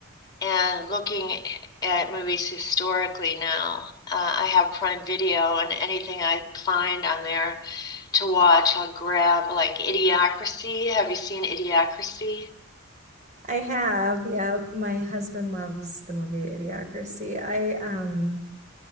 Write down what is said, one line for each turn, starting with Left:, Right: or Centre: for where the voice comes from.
Left: and looking at movies historically now. Uh, I have Prime Video, and anything I find on there to watch, I'll grab. Like Idiocracy. Have you seen Idiocracy?
Right: I have, yeah. My husband loves the movie Idiocracy. I um